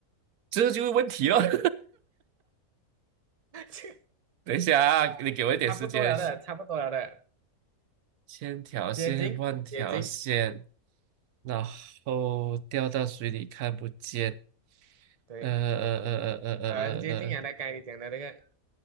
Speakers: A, on the right; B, on the right.
A: 这就是问题咯。<laughs>
B: <laughs>
A: 等一下啊，
B: 啊，
A: 你给我一点时间想。
B: 差不多了的，差不多了的，
A: 千条线万条线，
B: 接近，接近，
A: 然后掉到水里看不见。
B: 对，
A: 呃呃呃呃呃呃呃呃。
B: 很接近啊，大概你讲的那个，